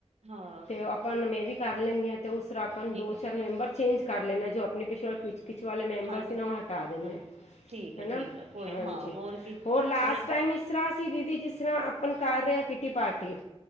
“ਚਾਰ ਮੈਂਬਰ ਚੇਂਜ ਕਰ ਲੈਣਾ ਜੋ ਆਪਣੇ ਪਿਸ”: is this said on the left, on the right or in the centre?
Left